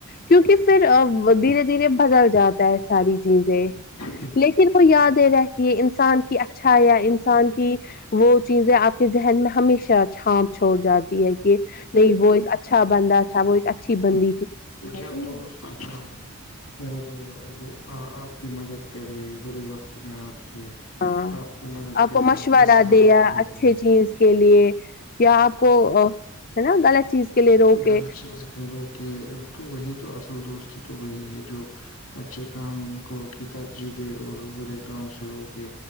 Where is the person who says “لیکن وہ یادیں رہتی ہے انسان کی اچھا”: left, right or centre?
Left